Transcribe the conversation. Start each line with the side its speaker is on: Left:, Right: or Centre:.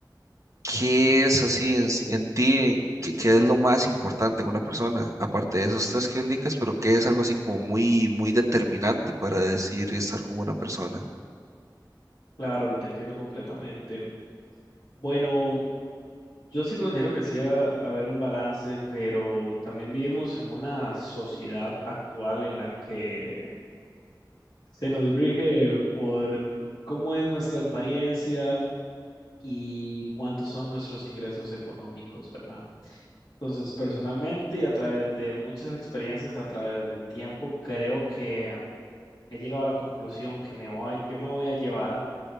Right: qué es así en, s- en ti, en qué, qué es lo más importante en una persona, aparte de esos tres que indicas, pero qué es algo así como muy, muy determinante para decir estar con una persona.
Left: Claro, y te entiendo completamente. Bueno, yo sí considero que sí va a haber un balance, pero también vivimos en una sociedad actual en la que Se nos rige por mm, cómo es nuestra apariencia y cuántos son nuestros ingresos económicos, ¿verdad? Entonces, personalmente y a través de muchas experiencias, a través del tiempo, creo que mm, he llegado a la conclusión que me voy, yo me voy a llevar